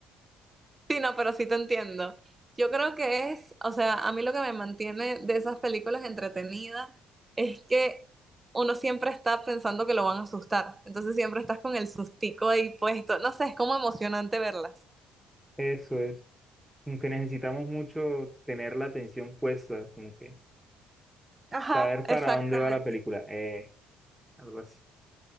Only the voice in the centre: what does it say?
eso es. Como que necesitamos mucho tener la atención puesta, como que
saber para
dónde va la película. Eh, algo así.